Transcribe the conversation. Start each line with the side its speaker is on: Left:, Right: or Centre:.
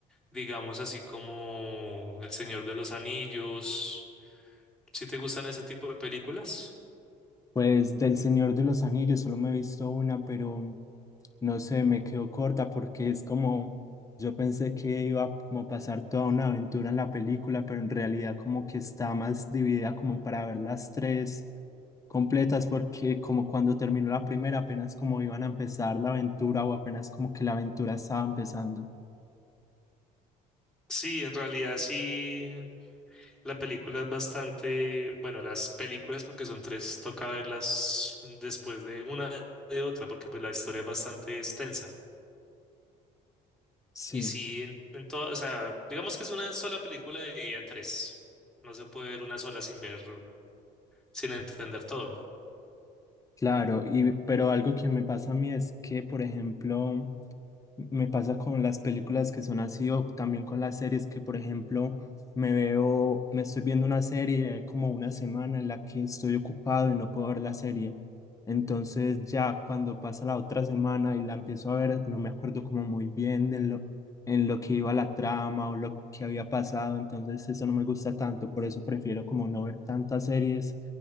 Centre: digamos así como El Señor de los Anillos. ¿Si te gustan ese tipo de películas?
Left: Pues del Señor de los Anillos solo me he visto una, pero mm, no sé, me quedó corta porque es como, yo pensé que iba a como pasar toda una aventura en la película, pero en realidad como que está más dividida como para ver las tres completas, porque como cuando terminó la primera, apenas como iban a empezar la aventura o apenas como que la aventura estaba empezando.
Centre: Sí, en realidad sí. La película es bastante, bueno, las películas porque son tres, toca verlas después de una de otra porque pues la historia es bastante extensa.
Left: Sí.
Centre: Y sí, en, en todo, o sea, digamos que es una sola película dividida en tres. No se puede ver una sola sin ver, sin entender todo.
Left: Claro, y pero algo que me pasa a mí es que, por ejemplo, Me pasa con las películas que son así o también con las series que, por ejemplo, me veo, me estoy viendo una serie como una semana en la que estoy ocupado y no puedo ver la serie. Entonces ya cuando pasa la otra semana y la empiezo a ver, no me acuerdo como muy bien de lo, en lo que iba la trama o lo que había pasado. Entonces eso no me gusta tanto, por eso prefiero como no ver tantas series